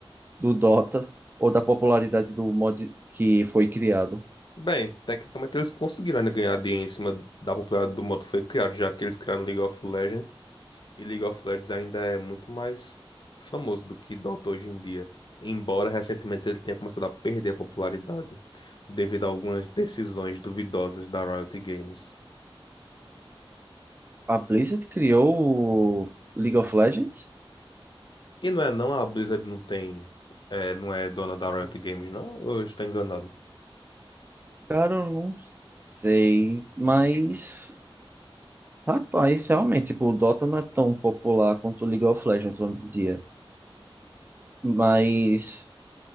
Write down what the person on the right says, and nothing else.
do Dota ou da popularidade do mod que foi criado.
A Blizzard criou o League of Legends?
Cara, eu não sei, mas rapaz, realmente, tipo, o Dota não é tão popular quanto o League of Legends hoje em dia. Mas